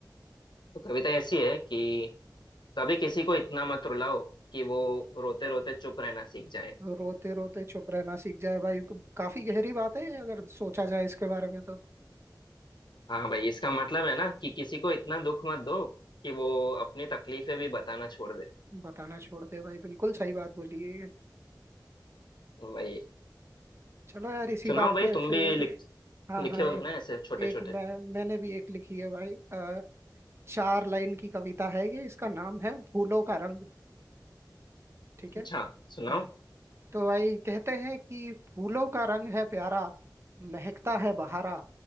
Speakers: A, on the left; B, on the right.
A: तो कविता ऐसी है कि कभी किसी को इतना मत रुलाओ कि वो रोते रोते चुप रहना सीख जाए
B: रोते रोते चुप रहना सीख जाए भाई काफी गहरी बात है ये, अगर सोचा जाए इसके बारे में तो
A: हाँ भाई इसका मतलब है ना कि किसी को इतना दुख मत दो कि वो अपनी तकलीफें भी बताना छोड़ दे
B: बताना छोड़ दे भाई बिल्कुल सही बात बोली है ये।
A: भाई
B: चलो यार इसी
A: सुनाओ
B: बात
A: भाई
B: पे
A: तुम
B: फिर
A: भी लिख
B: हाँ
A: लिखे
B: हाँ
A: होगे
B: ए,
A: ना ऐसे छोटे
B: एक
A: छोटे
B: मैं मैंने भी एक लिखी है भाई अ, चार लाइन की कविता है ये इसका नाम है फूलों का रंग ठीक
A: अच्छा
B: है
A: सुनाओ
B: हाँ तो भाई कहते हैं कि फूलों का रंग है प्यारा महकता है बहारा